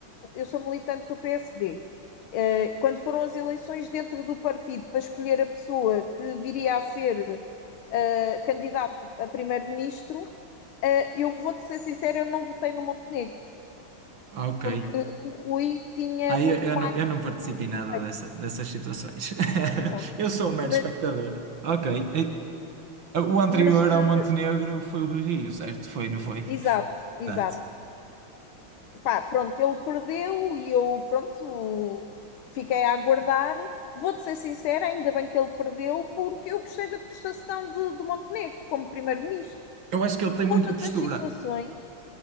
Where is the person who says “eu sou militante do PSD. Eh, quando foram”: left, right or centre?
Left